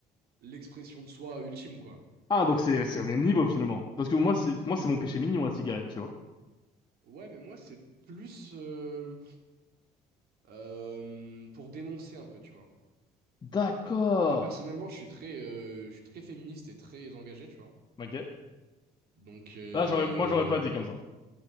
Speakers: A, on the right; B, on the left.
A: l'expression de soi ultime, quoi.
B: Ah, donc c'est, c'est au même niveau, finalement. Parce que moi, c'est, moi, c'est mon péché mignon, la cigarette, tu vois.
A: Ouais, mais moi, c'est plus euh, euh, pour dénoncer un peu, tu vois.
B: D'accord.
A: Bah, personnellement, je suis très, euh, je suis très féministe et très engagé, tu vois.
B: Ok.
A: Donc. euh,
B: Là, j'aurais, moi, j'aurais pas dit comme ça.